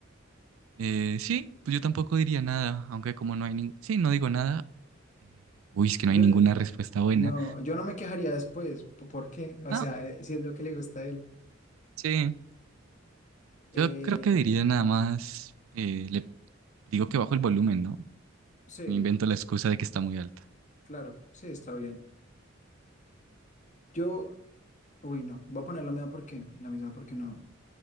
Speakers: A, on the right (about 90°); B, on the left (about 40°).
A: eh, sí, pues yo tampoco diría nada, aunque como no hay ningún... Sí, no digo nada. Eh, Uy, es que
B: Yo,
A: no hay ninguna
B: eh,
A: respuesta buena.
B: no, yo no me quejaría después. po- ¿Por qué? O
A: No,
B: sea, eh, si es lo que le gusta a él.
A: Sí, yo
B: Eh,
A: creo que diría nada más, eh, le digo que bajo el volumen, ¿no?
B: sí,
A: Me invento la excusa de que está muy alta.
B: claro, sí, está bien. Yo, uy, no, voy a poner la misma porque, la misma porque no.